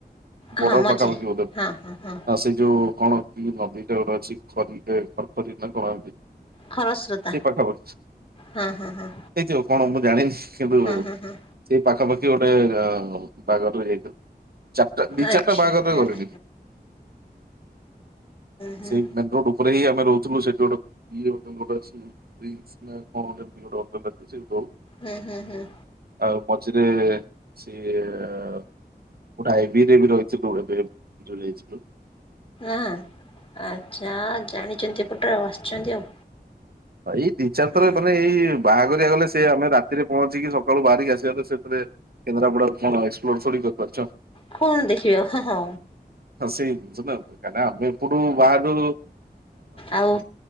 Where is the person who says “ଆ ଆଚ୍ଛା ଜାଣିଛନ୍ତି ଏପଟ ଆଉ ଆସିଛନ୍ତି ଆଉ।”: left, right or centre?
Left